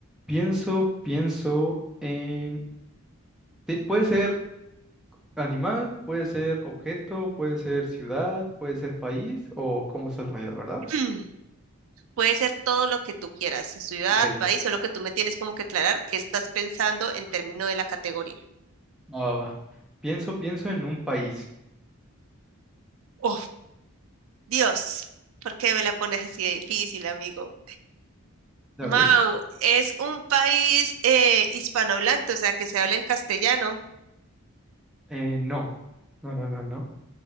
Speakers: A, in the centre; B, on the right.
A: pienso, pienso en... te- Puede ser animal, puede ser objeto, puede ser ciudad, puede ser país o cómo está el rayo, ¿verdad?
B: <clears throat> Puede ser todo lo que tú quieras, ciudad,
A: Ok,
B: país, solo que tú me tienes como que aclarar qué estás pensando en términos de la categoría.
A: va, va, va. Pienso, pienso en un país.
B: Oh, Dios, ¿por qué me la pones así de difícil, amigo?
A: ¿Ya
B: Mau,
A: ves?
B: es un país eh, hispanohablante, o sea, que se hable el castellano.
A: Eh, no, no, no, no, no.